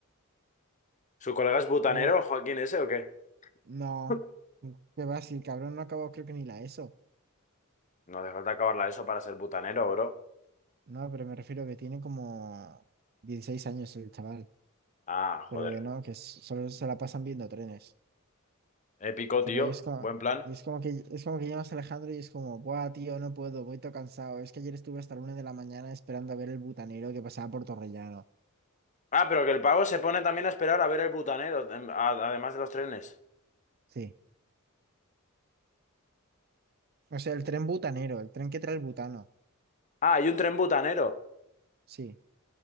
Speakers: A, on the left; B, on the right.
A: ¿Su colega es butanero,
B: Pero
A: Joaquín ese o qué?
B: no,
A: <laughs>
B: qué va, si el cabrón no acabó creo que ni la ESO.
A: No hace falta acabarla eso para ser butanero, bro.
B: No, pero me refiero que tiene como 16 años el chaval,
A: Ah,
B: pero
A: joder.
B: que no, que s- solo se la pasan viendo trenes.
A: Épico,
B: Tipo,
A: tío.
B: y es como,
A: Buen plan.
B: y es como que es como que llamas a Alejandro y es como, buah, tío, no puedo, voy todo cansado. Es que ayer estuve hasta la una de la mañana esperando a ver el butanero que pasaba por Torrellano.
A: Ah, pero que el pavo se pone también a esperar a ver el butanero, em, a- además de los trenes.
B: Sí. O sea, el tren butanero, el tren que trae el butano.
A: Ah, hay un tren butanero.
B: Sí,